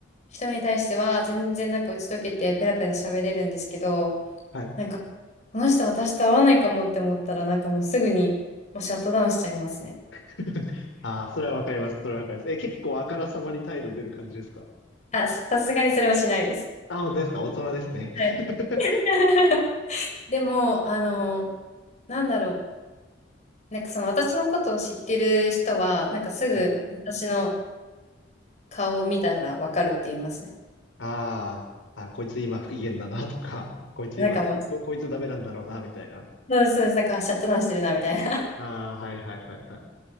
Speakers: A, on the left (about 40°); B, on the left (about 85°).
A: 人に対しては全然なんか打ち解けてペラペラ喋れるんですけど、
B: はい。
A: なんかこの人私と合わないかもって思ったらなんかもうすぐにもうシャットダウンしちゃいますね。
B: <laughs> ああそれはわかります。それはわかります。え、結構あからさまに態度出る感じですか
A: あ、さすがにそれはしないです。
B: ああ、本当ですか大人ですね。
A: はい。
B: <laughs>
A: <laughs> でも、あの、なんだろう。なんかその私のことを知ってる人は、なんかすぐ私の
B: はい。
A: 顔を見たらわかるって言いますね。
B: <laughs> ああ、あこいつ今不機嫌だなとか、<laughs> こいつ今、
A: なんかもう
B: こ、こいつダメなんだろうな、みたいな。
A: そうです、そうです。だからシャットダウンしてるな、みたいな。<laughs>
B: ああ、はいはいはいはい。